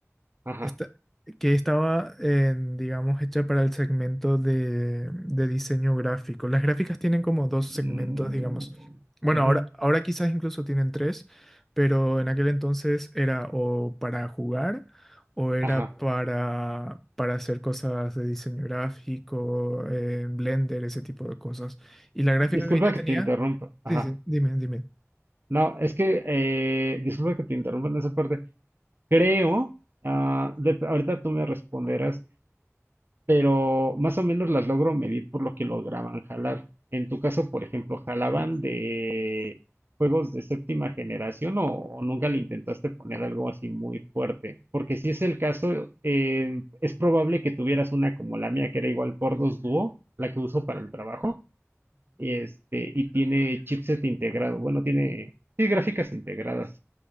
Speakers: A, on the right (about 45°); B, in the centre.
A: ajá.
B: esta- que estaba, en, digamos, hecha para el segmento de, de diseño gráfico. Las gráficas tienen como dos segmentos,
A: Mm,
B: digamos. Bueno,
A: ujú,
B: ahora, ahora quizás incluso tienen tres, pero en aquel entonces era o para jugar o era
A: ajá.
B: para, para hacer cosas de diseño gráfico, en Blender, ese tipo de cosas. Y la gráfica
A: Disculpa
B: que ella
A: que
B: tenía,
A: te interrumpa.
B: sí,
A: Ajá.
B: sí, dime, dime.
A: No, es que, eh, disculpa que te interrumpa en esa parte. Creo, ah, de- ahorita tú me responderás, pero más o menos las logro medir por lo que lograban jalar. En tu caso, por ejemplo, ¿jalaban de juegos de séptima generación o, o nunca le intentaste poner algo así muy fuerte? Porque si es el caso, eh, es probable que tuvieras una como la mía, que era igual Cordos Duo, la que uso para el trabajo, este, y tiene chipset integrado, bueno, tiene, tiene gráficas integradas,